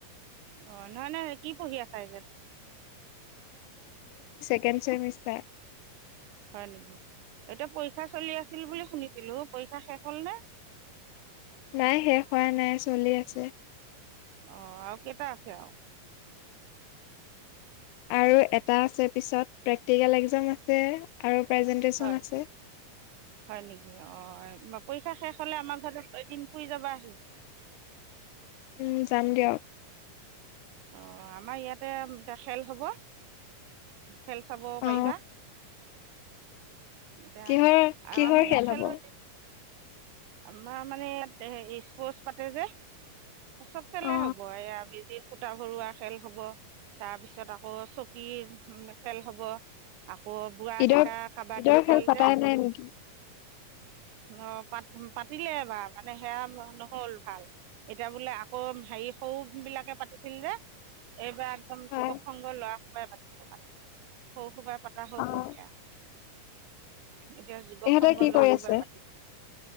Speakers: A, on the right; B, on the left.
A: অ' নহয় নহয় কি পঢ়ি আছা এতিয়া?
B: Second semester.
A: হয় নেকি, এতিয়া পৰীক্ষা চলি আছিল বুলি শুনি ছিলো, পৰীক্ষা শেষ হ'ল নে?
B: নাই শেষ হোৱা নাই চলি আছে।
A: অ' আৰু কেইটা আছে আৰু?
B: আৰু এটা আছে, পিছত প্ৰেক্টিকেল এক্সাম আছে আৰু। প্ৰেজেণ্টেশ্যন
A: হয়
B: আছে।
A: হয় নেকি, অ' পৰীক্ষা শেষ হলে আমাৰ ঘৰত দিন ফুৰি যাবাহি।
B: উম যাম দিয়ক।
A: অ' আমাৰ ইয়াতে এ খেল হব খেল চাব
B: অ
A: পাৰিবা। এতিয়া
B: কিহৰ
A: আৰু
B: কিহৰ
A: আমাৰ ইয়াত
B: খেল হব?
A: হয় আমাৰ মানে ইয়াত স্পৰ্চ পাতে যে চব খালে
B: অ
A: হব, এইয়া বেজিত সূতা ভৰোৱা খেল হব, তাৰপিছত আকৌ হব চকীৰ খেল হব আকৌ বুঢ়া
B: ঈদৰ
A: ডেকা কাবাডী
B: ঈদৰ
A: খেল
B: পতাই
A: যে
B: নাই নেকি?
A: অ পা পাতিলে এবাৰ মানে সেয়া নহল ভাল, এতিয়া বোলে অ' হেৰি সৰু বিলাকে পাতি ছিল যে, এইবাৰ একদম
B: হয়
A: যুৱক সংঘ ল'ৰা সোপাই পাতিব। সৰু সোপাই পতা হৈ
B: অ',
A: গ'ল এতিয়া। এতিয়া যুৱক
B: ইহঁতে
A: সংঘ
B: কি
A: ল'ৰা
B: কৰি
A: সোপাই
B: আছে?
A: পাতিব।